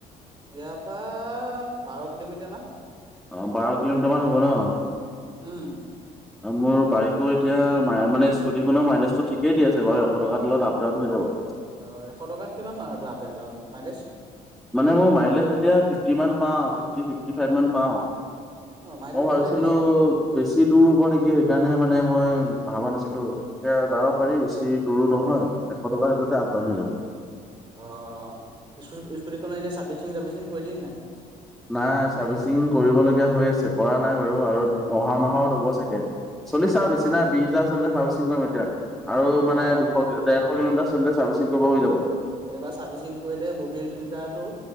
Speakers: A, on the right; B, in the centre.
A: ইয়াৰ পৰা বাৰ কিলোমিটাৰ মান।
B: অঁ', বাৰ কিলোমিটাৰমান হ'ব ন?
A: উম।
B: মোৰ বাইকো এতিয়া <unintelligible> মানে স্কুটীখনৰ মাইলেজটো ঠিকেই দি আছে বাৰু, এশ টকাৰ তেলত আপ-ডাউন হৈ যাব।
A: অ', এশ টকাত কিমান বাৰু আপ <unintelligible> ডাউন মাইলেজ?
B: মানে মোৰ মাইলেজ এতিয়া ফিফটি মান পাওঁ, ফিফটি ফিফটি ফাইভ মান পাওঁ।
A: অ মাইলেজ
B: মই ভাবিছিলো
A: ভালেই দিছে
B: বেছি দূৰ হ'ব নেকি, সেইকাৰণেহে মানে মই ভাবা নাছিলো, এতিয়া যাব পাৰি। বেছি দুৰো নহয়,
A: অ
B: এশ টকা তেলতে আপ-ডাউন হৈ যাব।
A: অ', স্কুটি স্কুটিখনৰ এনেই চাৰভিচিং- চাৰ্ভিচিং কৰিলি নাই?
B: নাই চাৰ্ভিচিং কৰিবলগীয়া হৈ আছে, কৰা নাই বাৰু, আৰু অহা মাহত হ'ব চাগে। চলিছে আৰু বেছি
A: অ
B: নাই, বিশ হাজাৰ চলিলে হাৰ্ভিচিং কৰিম এতিয়া, আৰু
A: অ
B: মানে দুশ ডেৰশ কিলমিটাৰ চলিলে চাৰ্ভিচিং কৰিব হৈ যাব।
A: এইবাৰ চাৰ্ভিচিং কৰিলে মবিল ফিল্টাৰটো